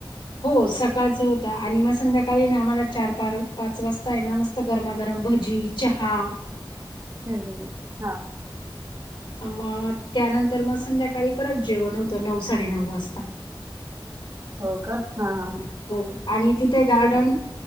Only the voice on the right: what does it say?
हम्म हम्म हम्म हा.
हो का? हां हां हां.